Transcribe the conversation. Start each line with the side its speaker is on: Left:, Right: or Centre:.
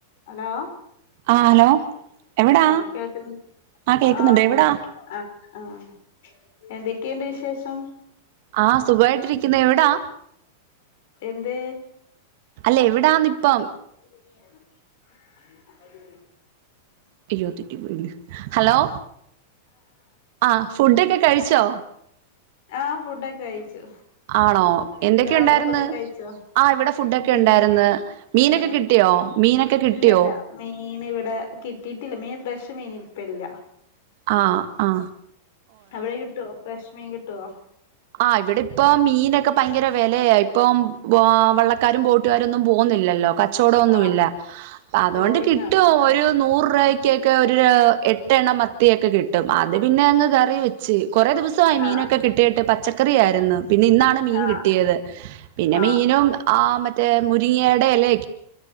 Left: Hello
Right: ആ hello എവിടാ
Left: ആഹ് കേൾക്ക്ന്ന്
Right: ആ കേക്കുന്നുണ്ട്
Left: ആഹ്
Right: എവിടാ
Left: ആഹ് ആഹ് എന്തൊക്കെയുണ്ട് വിശേഷം
Right: ആഹ് സുഖവായിട്ടിരിക്കുന്ന് എവിടാ
Left: എന്തേ
Right: അല്ല എവിടാന്ന് ഇപ്പം
Left: <inaudible>
Right: അയ്യോ തെറ്റി പോയല്ലോ ഹലോ ആ ഫുഡൊക്കെ കഴിച്ചോ
Left: എൻ ആഹ് ഫുഡൊക്കെ കഴിച്ചു
Right: ആണോ
Left: എന്താ
Right: എന്തൊക്കെ ഉണ്ടായിര്ന്ന്
Left: അവിടെ ഫുഡൊക്കെ കഴിച്ചോ
Right: ആ ഇവിടെ ഫുഡൊക്കെ
Left: എ
Right: ഉണ്ടായിര്ന്ന് മീനൊക്കെ
Left: ആ
Right: കിട്ടിയോ മീനൊക്കെ കിട്ടിയോ
Left: ഇല്ലല്ല മീന് ഇവിടെ കിട്ടിയിട്ടില്ല മീൻ ഫ്രഷ് മീൻ ഇരിപ്പില്ല
Right: ആഹ് ആഹ്
Left: അവിടെ കിട്ടുവോ ഫ്രഷ് മീൻ കിട്ടുവോ
Right: ആഹ് ഇവിടെ ഇപ്പം മീനൊക്കെ പയങ്കര വെലയ ഇപ്പം ആ വള്ളക്കാരും ബോട്ട് കൂട്ടുകാരൊന്നും പോന്നില്ലല്ലോ കച്ചൊന്ന
Left: ആ ട്രോളിങ്
Right: അൊണ്ട് കിട്ട
Left: ആണല്ലേ
Right: നൂ രൂപ എ എ മത്തിക്കെ കിട്ടും അത് പിന്നെ അങ്ങ് കറി വെച്ച് കുറ ദിവസമായി മീനൊക്കെ
Left: ആ
Right: കിട്ടിയിട്ട് പച്ചക്ക പിന്നെ ഇന്നാണ് മീൻ
Left: ആ
Right: കിട്ടിയത് പിന്നെ
Left: ആ ആ
Right: മീനും മറ്റങ്ങ അ അേലെ